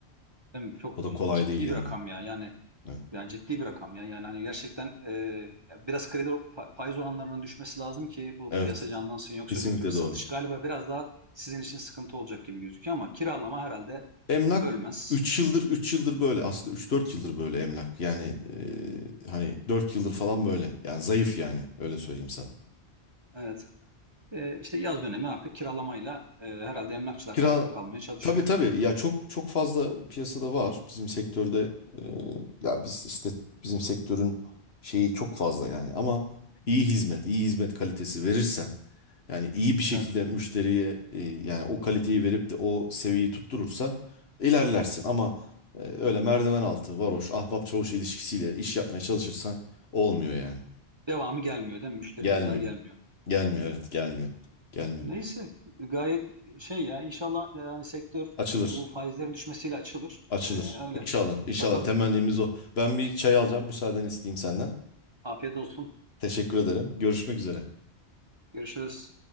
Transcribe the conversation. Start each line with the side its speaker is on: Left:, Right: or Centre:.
Right: Değil mi? Çok
Left: O da
Right: cid-
Left: kolay
Right: ciddi
Left: değil yani.
Right: bir rakam ya yani
Left: Evet,
Right: Yani ciddi bir rakam ya. Yani hani gerçekten e, biraz kredi fa- faiz oranlarının düşmesi lazım ki bu
Left: Evet,
Right: piyasa canlansın. Yoksa
Left: kesinlikle
Right: öbür türlü satış
Left: doğru.
Right: galiba biraz daha sizin için sıkıntı olacak gibi gözüküyor ama kiralama herhalde
Left: Emlak
Right: ölmez.
Left: üç yıldır üç yıldır böyle aslında üç dört yıldır böyle emlak yani e, hani 4 yıldır falan böyle yani zayıf yani öyle söyleyeyim sana.
Right: Evet. E, işte yaz dönemi artık kiralamayla e, herhalde emlakçılar
Left: Kira
Right: da ayakta kalmaya çalışıyor.
Left: tabii tabii ya çok çok fazla piyasada var bizim sektörde Ee, ya biz işte bizim sektörün şeyi çok fazla yani ama iyi hizmet iyi hizmet kalitesi verirsen yani iyi bir şekilde
Right: Evet.
Left: müşteriye e, yani o kaliteyi verip de o seviyeyi tutturursan ilerlersin ama e, öyle merdiven altı varoş ahbap çavuş ilişkisiyle iş yapmaya çalışırsan olmuyor yani
Right: Devamı gelmiyor değil mi? Müşterim
Left: gelmiyor
Right: bir daha gelmiyor.
Left: gelmiyor evet gelmiyor gelmiyor
Right: Neyse gayet şey ya inşallah yani sektör
Left: açılır.
Right: e, bu faizlerin düşmesiyle açılır.
Left: Açılır.
Right: E, öyle.
Left: İnşallah. İnşallah.
Right: Bakalım.
Left: Temennimiz o. Ben bir çay alacağım. Müsaaden isteyeyim senden.
Right: Afiyet olsun.
Left: Teşekkür ederim. Görüşmek üzere.
Right: Görüşürüz.